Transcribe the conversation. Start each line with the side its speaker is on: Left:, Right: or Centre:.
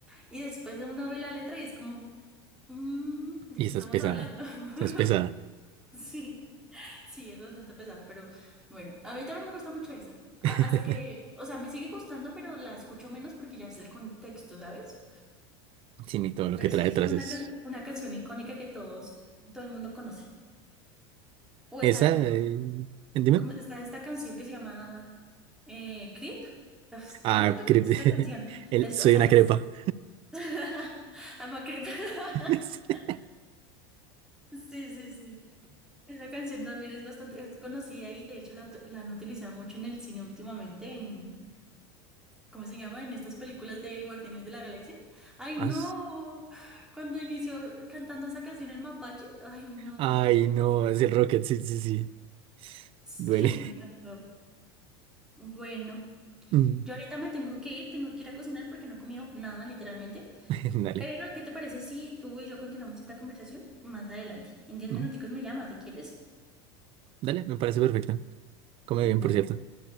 Centre: y después uno ve la letra y es como, "Mm, ¿de
Right: Y
Centre: qué
Right: esa
Centre: estamos
Right: es pesada,
Centre: hablando? <laughs>
Right: esa es pesada.
Centre: Sí, sí, es bastante pesado, pero bueno, a mí también me gusta mucho esa. A-
Right: <laughs>
Centre: hasta que, o sea, me sigue gustando, pero la escucho menos porque ya es el contexto, ¿sabes?
Right: Sí, mi, todo lo
Centre: pero
Right: que trae
Centre: sigue
Right: detrás
Centre: siendo
Right: es...
Centre: una, can- una canción icónica que todos, todo el mundo conoce. O
Right: Esa,
Centre: está, como-
Right: eh, dime.
Centre: como está esta canción que se llama eh, Creep. Pues,
Right: Ah,
Centre: Todo el mundo conoce
Right: crep-
Centre: esta canción.
Right: <laughs> el,
Centre: Es,
Right: soy
Centre: o sea,
Right: una
Centre: es
Right: crepa.
Centre: <laughs> I'm a Creep.
Right: <laughs>
Centre: <laughs>
Right: Sí.
Centre: Sí, sí, sí. Esa canción también es bastante es conocida y de hecho la, ut- la han utilizado mucho en el cine últimamente, en, ¿cómo se llama? En estas películas de Guardianes de la Galaxia. ¡Ay,
Right: Ah,
Centre: no! Cuando inició cantando esa canción en Mapache, ¡ay, no!
Right: Ay,
Centre: ¡Qué triste!
Right: no, es el Rocket, sí, sí, sí.
Centre: Sí,
Right: Duele.
Centre: me encantó. Bueno,
Right: Mm,
Centre: yo ahorita me tengo que ir, tengo que ir a cocinar porque no he comido nada, literalmente.
Right: <laughs> Dale.
Centre: Pero, ¿qué te parece si tú y yo continuamos esta conversación más adelante? En diez
Right: Mm,
Centre: minuticos me llamas si quieres.
Right: Dale, me parece perfecto. Come
Centre: Dale,
Right: bien, por cierto.